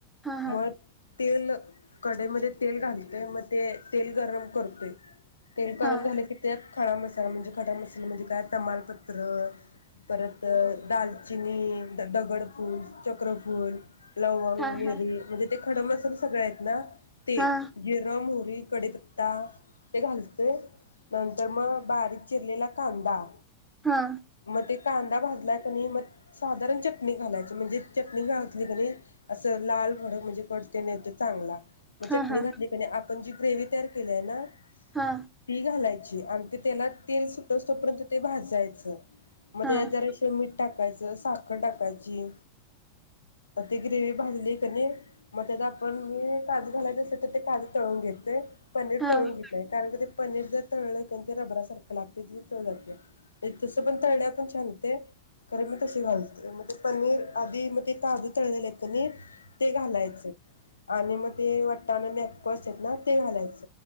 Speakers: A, in the centre; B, on the left.
A: हा हा
B: म तेल कडई मध्ये तेल घालतोय मग ते तेल गरम करतोय. तेल गरम
A: हा
B: झाल की त्यात खडा मसाला म्हणजे खडा मसाल्यामध्ये काय तमालपत्र परत दालचिनी द दगडफूल चक्रफूल लवंग,
A: हा
B: मिरची
A: हा
B: म्हणजे ते खडम मसाले सगळे आहेत ना. ते
A: हा
B: जिरे, मोहोरी कडीपत्ता ते घालतय नंतर मग बारीक चिरलेला कांदा
A: हा
B: मग ते कांदा भाजलाय कनी मग साधारण चटणी घालायच म्हणजे चटणी घाातली क असं लाल म्हणजे कट ते न येत चांगला. मग
A: हा
B: चटणी
A: हा
B: घातली क आपण जी ग्रेवी तयार केली आहे ना.
A: हा
B: ती घालायच. आणि ते त्याला तेल सुटस तोपर्यंत ते भाजायचं. मधे
A: हा
B: ह्यात जरासे मीठ टाक. करायचं साखर टाकायची ते ग्रेवी भाजली कणी मग त्या आपण काजू घालायच असेल तर ते काजू तळून घेतोय. पनीर
A: हा हा
B: तळून
A: हा
B: घेतोय कारण का ते पनीर जर तळल क नइ ते रबरा सारखं लागतय त्याची चव जात्या, तसं पण तळल्या पण छान होतय, कारण मी तसे घालतोय म्हणजे पनीर आधी मग ते काजू तळलेले आहेत कणी ते घालायचं. आणि म ते वट्टान मॅपको असत्यात ना. ते घालायच